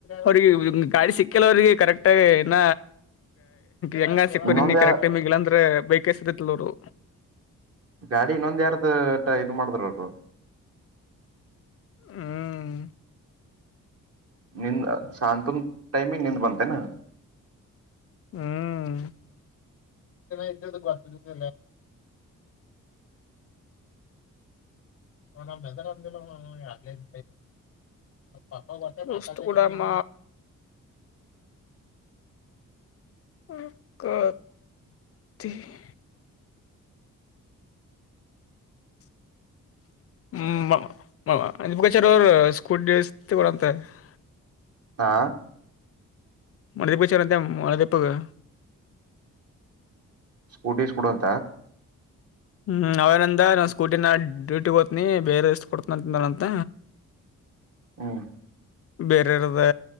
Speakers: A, on the left; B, on the right.
A: ಅವ್ರಿಗೆ ಗಾಡಿ ಸಿಕ್ಕಲ್ಲ ಅವಿಗೆ ಕರೆಕ್ಟಗ ಇನ್ನ ಹೆಂಗ ಸಿಕ್ಕು
B: ಇನ್ನೊಂದ
A: ನಿನ್ನ ಕರೆಕ್ ಟೈಮ ಇಲ್ಲಾಂದ್ರೆ ಬೈಕ್ ಎಸತತಿಲ್ ಅವರು
B: ಗಾಡಿ ಇನ್ನೊಂದ ಯಾರ್ದ ಟ ಇದ್ ಮಾಡಿದ್ರರು
A: ಹ್ಮ್
B: ನಿಂದ್ ಶಾಂತನ್ ಟೈಮ ನಿಂದ್ ಬನ್ತೆನಾ
A: ಹ್ಮ್ ಇದ್ದದ ಬರ್ತದಲ್ಲ
B: <unintelligible>
A: ನಮ್ಮ್ ಹೆದರ ಅಂದ ಅ ಷ್ಟ ಕೂಡಮ್ಮ <unintelligible> ಹ್ಮ ಮಾ ಅಂ ಬುಖಚಾರ ಅವರು ಸ್ಕೂಟಿ ಡಸ್ ಕೂಡ ಅಂತ <unintelligible>
B: ಹಾ
A: ಮಳೆದ ಬಿಚಾರ ಅಂತ ಮಳೆದೀಪ್ಪಗೆ
B: ಸ್ಕೂಟೀಸ್ ಕೊಡ ಅಂತ
A: ಹ್ಮ್ ಅವೇನಂದ ನಾ ಸ್ಕೂಟಿನ ನ ಡ್ಯೂಟಿಗ್ ಹೋನಿ ಬೇರೆ ಎಷ್ಟ ಕೊಡ್ತನಂತಂತ
B: ಹ್ಮ್
A: ಬೇರೆೆಯ್ರದ್ದ